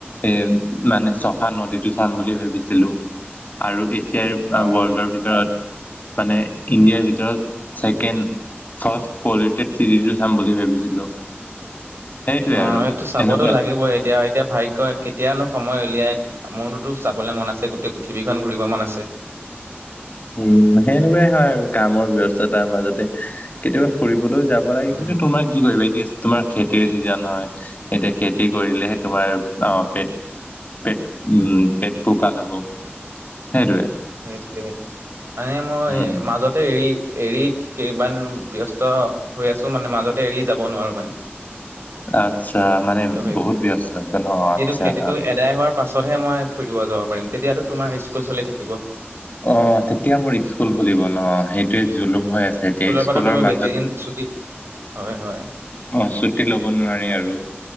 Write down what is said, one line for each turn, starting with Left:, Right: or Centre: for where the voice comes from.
Left: এ মানে চফা নদীটো চাম বুলি ভাবিছিলো। আৰু এছিয়াৰ
Right: অ
Left: ৱৰ্ল্ডৰ ভিতৰত মানে ইণ্ডিয়াৰ ভিতৰত ছেকেণ্ড ফাৰ্ষ্ট পলটেড চিটটো চাম বুলি ভাবিছিলো সেইটোৱে
Right: অ
Left: আৰু
Right: এইটো চাবতো
Left: এনেকুৱা
Right: লাগিবই এতিয়া এতিয়া। ভাগ্যই কেতিয়ানো সময় উলিয়াই মোৰোতো চাবলৈ মন আছে গোটেই পৃথিৱীখন ঘূৰিব মন আছে। <inaudible>
Left: উম সেনেকুৱাই হয় আৰু কামৰ ব্যয়স্ততাৰ মাজতে কেতিয়াবা ফুৰিবলৈও যাব লাগে
Right: উম
Left: কিন্তু তোমাৰ কি কৰিবা এতিয়া তোমাৰ খেতিৰ চিজন হয় এতিয়া খেতি কৰিলেহে তোমাৰ অ পেট পেট উম পেট পোহপাল হব সেইটোৱে
Right: সেইটোয়ে মানে মই
Left: উম
Right: মাজতে এৰি এৰিত কেইবমান ব্যস্ত হৈ আছো মানে মাজতে এৰি যাব নোৱাৰোঁ মানে,
Left: আচ্ছা মানে
Right: কথাটো সেইটো
Left: বহুত ব্যস্ত আছে ন আচ্ছা
Right: এইটো খেতিতটো
Left: অ
Right: এদায় হোৱাৰ পাছতহে মই ফুৰিব যাব পাৰিম তেতিয়াতো তোমাৰ স্কুল চি থাকে
Left: অ তেতিয়া মোৰ স্কুল খুলিব ন সেই জুলুম হৈ আছে এতিয়া স্কুলৰ
Right: পৰাতো তুমি
Left: মাজত
Right: বেছি দিন ছুটি হয় হয়
Left: অ ছুটি লব নোৱাৰি আৰু